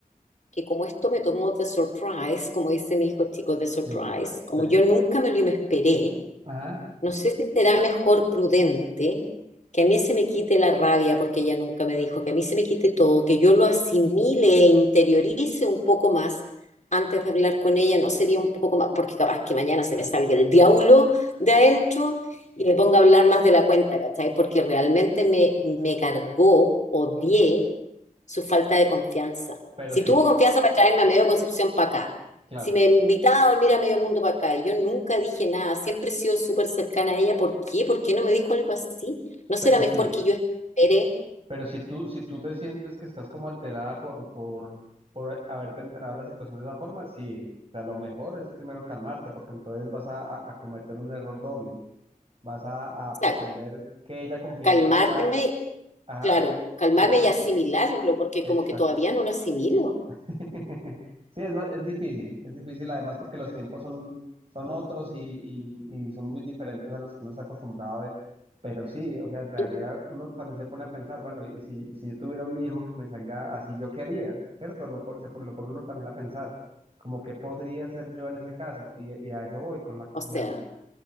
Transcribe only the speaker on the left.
que como esto me tomó de surprise, como dice mi hijo chico, de surprise,
como
yo nunca me lo me esperé,
No sé si será mejor prudente que a mí se me quite la rabia, porque ella nunca me dijo, que a mí se me quite todo, que yo lo asimile e interiorice un poco más antes de hablar con ella, no sería un poco más, porque capaz que mañana se me salga el diablo de adentro y me ponga a hablar más de la cuenta, ¿cachai? Porque realmente me, me cargó, odié su falta de confianza.
Si
tuvo confianza para traerme a medio Concepción para acá,
si me invitaba a dormir a medio mundo para acá, y yo nunca dije nada, siempre he sido súper cercana a ella. ¿Por qué? ¿Por qué no me dijo algo así? ¿No será
mejor
que yo espere?
O
sea,
calmarme,
claro, calmarme
y asimilarlo, porque
como que todavía no lo asimilo.
Tú,
o sea,